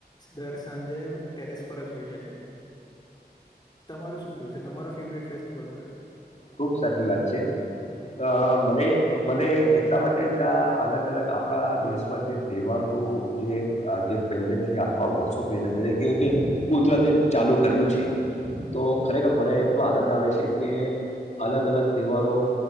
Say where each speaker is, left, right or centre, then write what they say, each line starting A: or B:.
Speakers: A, on the left (about 25°); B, on the left (about 45°).
A: દર સાંજે ટેરેસ પર જ હોઈએ છે. તમારું શું કેવું છે, તમારો ફેવરેટ ફેસ્ટિવલ કયો છે?
B: ખુબ સાચી વાત છે અ મને મને એટલા માટે જ આ અલગ-અલગ આપણા દેશમાં જે તહેવારો જે અ પહેલેથી આટલા વર્ષો થયેલા જેને કેય કે કુદરતે ચાલુ કરેલું છે તો ખરેખર મને એટલો આનંદ આવે છે કે અલગ-અલગ તહેવારો,